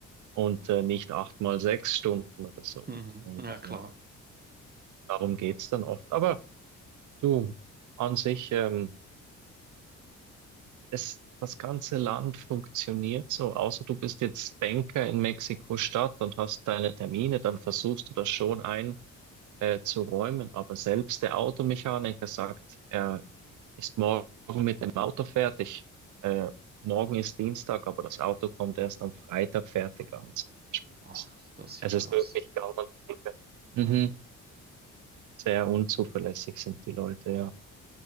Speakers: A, on the right; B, on the right.
A: und äh, nicht acht mal sechs Stunden oder so.
B: Mhm.
A: Und
B: Ja, klar.
A: äh, Darum geht's dann oft. Aber du, an sich, ähm, es, das ganze Land funktioniert so, außer du bist jetzt Banker in Mexiko-Stadt und hast deine Termine, dann versuchst du das schon ein, äh, zu räumen. Aber selbst der Automechaniker sagt, er ist morgen mit dem Auto fertig. Äh, morgen ist Dienstag, aber das Auto kommt erst am Freitag fertig an, zum Beispiel.
B: Ach,
A: Es
B: das ist ja
A: es
B: krass.
A: ist wirklich gang und gäbe. Mhm. Sehr unzuverlässig sind die Leute, ja.